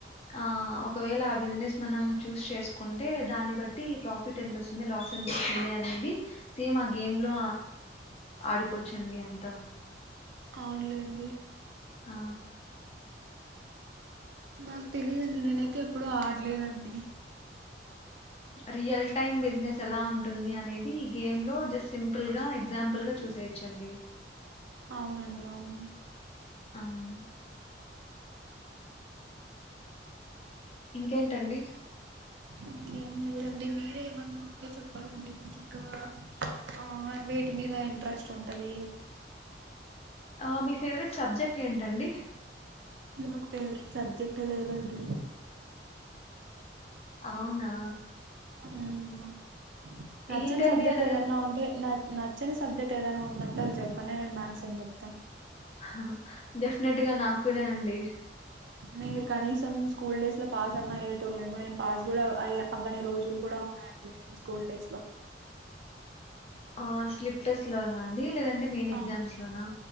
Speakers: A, on the left; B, on the right.
A: ఆ ఒకవేళ ఆ బిజినెస్ మనం చూసీ చేసుకుంటే, దాన్ని బట్టి ప్రాఫిట్ ఎంతొస్తుంది లాస్ ఎంతొస్తుంది అనేది, సేమ్ ఆ గేమ్ లో ఆడుకోవచ్చండి అంత.
B: అవునులేండి
A: ఆ
B: నాకు తెలియదండి నేనైతే ఎప్పుడూ ఆడలేదండి
A: రియల్ టైమ్ బిజినెస్ ఎలా ఉంటుంది అనేది ఈ గేమ్ లో జస్ సింపుల్ గా ఎగ్జాంపుల్ గా చూసేయి చండి
B: అవునండి అవును
A: అవున్ ఇంకేంటండి
B: ఇంకేం లేదండి మీరే ఏమన్నా ఉంటే చెప్పాలండి మీకు ఇంకా ఆ వేటి మీద ఇంట్రెస్ట్ ఉంటది
A: ఆ మీ ఫేవరెట్ సబ్జెక్ట్ ఏంటండి
B: నాకు ఫేవరెట్ సబ్జెక్ట్ ఏ లేదండి
A: అవునా
B: మ్మ్ నచ్చని
A: ఏంటండి
B: సబ్జెక్ట్
A: అలాగా
B: ఏదన్నా ఉంటే న నచ్చిని సబ్జెక్ట్ ఏదైనా ఉందంటే అది చెప్పండి నేను మ్యాథ్స్ అని చెప్తా
A: హా డెఫ్ డెఫినెట్ గా నాకు కూడా అండి
B: మీరు కనీసం స్కూల్ డేస్ లో పాస్ అన్న అయ్యేటోళ్ళేమో నేను పాస్ కూడా ఆయా అవ్వని రోజులు కూడా ఉన్నాయండి నేను స్కూల్ డేస్ లో
A: ఆ స్లిప్ టెస్ట్ లా నా అండి లేద అంటే మెయిన్ ఎగ్జామ్స్
B: ఆ
A: లోనా